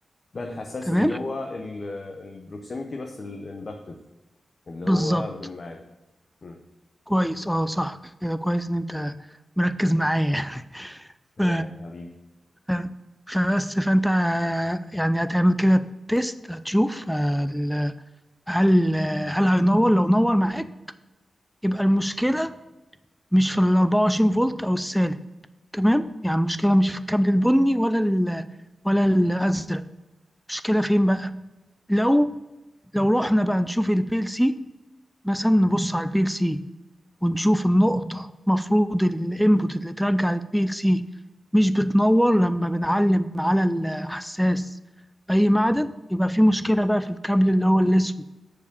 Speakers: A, on the left; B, in the centre.
A: ده الحساس
B: تمام
A: اللي هو البروكسيميتي بس الاندكتيف اللي
B: بالظبط
A: هو بالميعاد مم.
B: كويس اه صح كده كويس ان انت مركز معايا <laughs>
A: تمام
B: ف-
A: حبيبي
B: ف- فبس فانت يعني هتعمل كده تيست هتشوف آه، ال- هل هل هينور لو نور معاك يبقى المشكلة مش في ال 24 فولت او السالب تمام يعني المشكلة مش في الكابل البني ولا ال ولا الازرق المشكلة فين بقى لو لو رحنا بقى نشوف البي ال سي مثلا نبص على البي ال سي ونشوف النقطة المفروض الانبوت اللي ترجع للبي ال سي مش بتنور لما بنعلم على الحساس أي معدن يبقى في مشكلة بقى في الكابل اللي هو الأسود